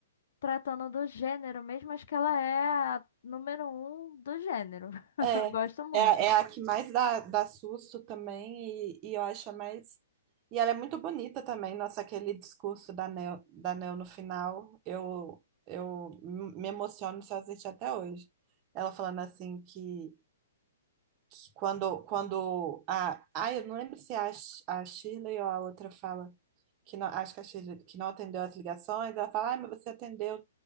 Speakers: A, on the left; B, on the right.
A: tratando do gênero mesmo. Acho que ela é a número um do gênero. <laughs>
B: É,
A: Eu Gosto muito.
B: é, é a que mais dá, dá susto também e, e eu acho a mais... E ela é muito bonita também, nossa, aquele discurso da Neo, da Neo no final, eu, eu me emociono se eu assistir até hoje. Ela falando assim que que quando, quando a. Ai, eu não lembro se é a, Sh- a Shirley ou a outra fala. Que não, acho que a Shirley que não atendeu as ligações. Ela fala, ai, mas você atendeu